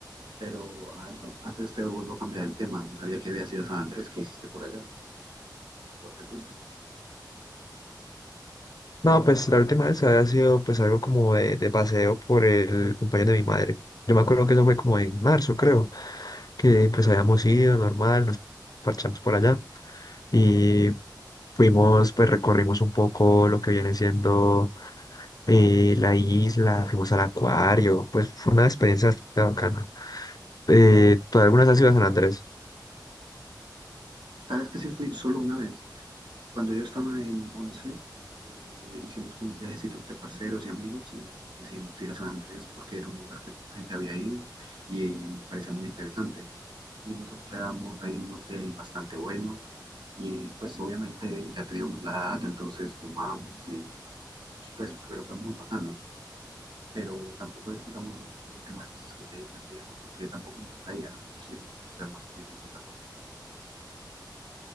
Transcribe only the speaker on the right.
Pero ah, no, antes te vuelvo a cambiar el tema, no sabía que había sido San Andrés, ¿qué hiciste por allá? ¿Por qué fuiste?
¿Sabes que sí fui solo una vez? Cuando yo estaba en 11, eh, hicimos como un viajecito entre parceros y amigos y decidimos ir a San Andrés porque era un lugar que poca gente había ido y, y nos parecía muy interesante. Y nos hospedamos ahí en un hotel bastante bueno y pues obviamente ya teníamos la edad, entonces tomamos y pues pero fue muy bacano. Pero tampoco disfrutamos mucho con el tema de las discotecas y eso porque tampoco nos atraía, nosotros íbamos a hacer más turismo que otra cosa.